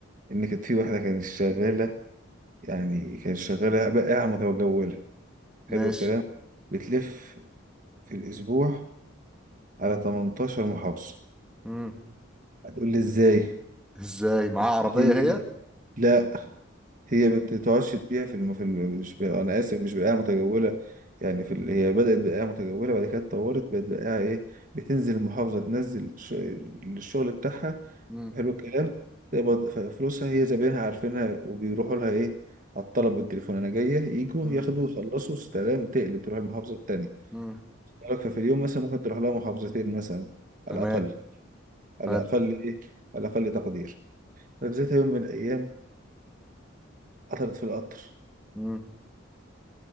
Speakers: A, on the right (about 40°); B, in the centre.
A: إن كانت في واحدة كانت شغالة يعني كانت شغالة بائعة متجولة حلو
B: ماشي
A: الكلام بتلف في الأسبوع على 18 محافظة
B: مم.
A: هتقول لي إزاي؟
B: ازاي معاه
A: <laughs>
B: عربية
A: هي
B: هي
A: لا هي ما بتقعدش تبيع في الم... في الم... مش ب... انا اسف مش بقاعة متجولة يعني في ال... هي بدأت بقاعة متجولة بعد كده اتطورت بقت بقاعة ايه بتنزل المحافظة تنزل ش... الشغل بتاعها
B: مم.
A: حلو الكلام تقبض ف- فلوسها هي زباينها عارفينها وبيروحوا لها ايه على الطلب بالتليفون انا جاية يجوا
B: مم.
A: ياخدوا يخلصوا سلام تقلب تروح المحافظة التانية
B: مم.
A: لك ففي اليوم مثلا ممكن تروح لها محافظتين مثلا
B: تمام
A: على الأقل على
B: حلو
A: الأقل ايه على الأقل تقدير ففي ذات يوم من الأيام قطرت في القطر
B: مم.